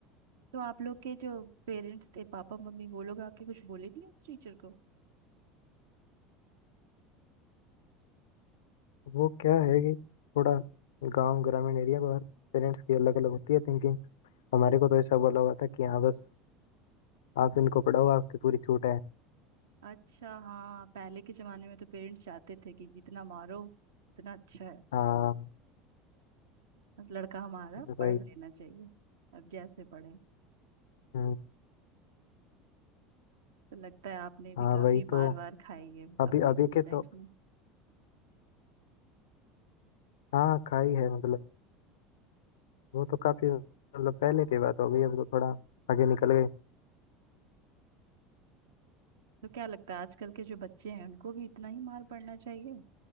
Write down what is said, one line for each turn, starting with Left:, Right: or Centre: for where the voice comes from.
Right: तो आप लोग के जो पेरेंट्स थे पापा मम्मी वो लोग आके कुछ बोले नहीं उस टीचर को
Left: वो क्या है कि थोड़ा गांव ग्रामीण एरिया पर पेरेंट्स की अलग अलग होती है थिंकिंग हमारे को तो ऐसा बोला हुआ था कि हाँ बस आप इनको पढ़ाओ आपकी पूरी छूट है
Right: अच्छा हाँ पहले के जमाने में तो पेरेंट्स चाहते थे कि जितना मारो उतना अच्छा है
Left: हाँ
Right: बस लड़का हमारा
Left: भाई
Right: पढ़ लेना चाहिए अब जैसे पढ़े
Left: हम्म,
Right: तो लगता है आपने भी
Left: हाँ
Right: काफी
Left: भाई तो
Right: मार वार खाई है
Left: अभी
Right: अपने
Left: अभी
Right: स्कूल
Left: के तो
Right: लाइफ में
Left: हाँ खाई है मतलब वो तो काफी मतलब पहले की बात हो गई अब तो थोड़ा आगे निकल गए
Right: तो क्या लगता है आजकल के जो बच्चे हैं उनको भी इतना ही मार पड़ना चाहिए